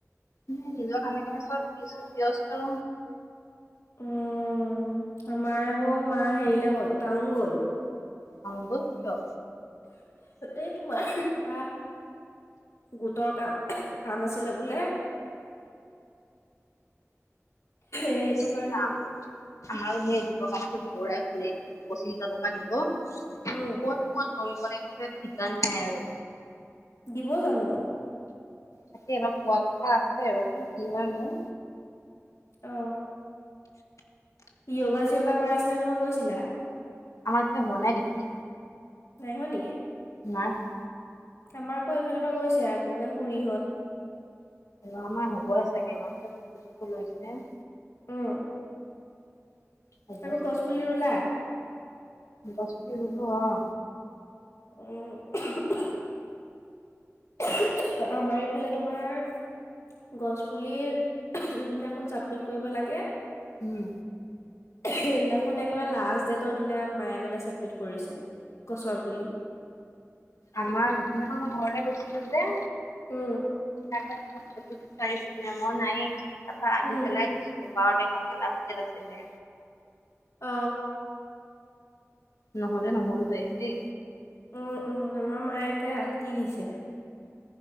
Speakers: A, on the left (about 80°); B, on the left (about 65°).
A: ম নিজৰ কামে কামে চব ব্যস্ত।
B: উম আমাৰ আকৌ মা হেৰিলে গ'ল টাউন গ'ল।
A: টাউন গ'ল কিয়।
B: এই তোমাৰ কিবা গোটৰ কাম। কাম আছিলে বোলে। এইটো
A: চিতধা।
B: কাৰণে গ'ল
A: আমাৰো সেইৰ কামতো দৌৰাই ফুৰে দটো পঁচিশ হাজাৰ টকা দিব।
B: উম।
A: ক'ত ক'ত দৌৰিবৈলে গ'লে ঠিকান নাই আৰু।
B: দিব জানো।
A: তাকে নো পোৱা কথা আছে কি হয় মোৰ।
B: অ য়গা চগা কৰাইছিলে নহয় গৈছিলা।
A: আমাৰ ফালে হোৱা নাই দেখোন।
B: নাই হোৱা নেকি।
A: নাই হোৱা।
B: আমাৰ আকৌ এইফালৰ পৰা গৈছে আকৌ এই খুুৰীহঁত।
A: আমাৰ হ'বই চাগে মাজতে ফটো চটো লৈছে।
B: উম।
A: হ'ব
B: আকৌ
A: চাগে।
B: গছ পুলি ৰুলা?
A: গছ পুলি ৰুলো। অঁ,
B: উম, আমাৰ এ এইফালে তোমাৰ গছ পুলিৰ যোদিনাখন চাবমিট কৰিব লাগে,
A: উম
B: সেইদিনাখন একেবাৰে লাষ্ট দেট, ৰ দিনা মায়ে মানে ছাবমিট কৰিছে গছৰ পুলি।
A: আমাৰ সেইদিনাখন মই ঘৰলে গৈছিলো যে,
B: উম
A: আমাৰ কিবা ফটো বিচাৰাইছিল আমাৰ নাইয়ে তাৰপা আহি
B: উম
A: পেলাই দিছো। বাৰ তাৰিখে লাষ্ট ডেট আছিলে।
B: অ
A: নহলে নহ'ল এ,
B: উম উম আমাৰ মায়েকে ৰাতি দিছে।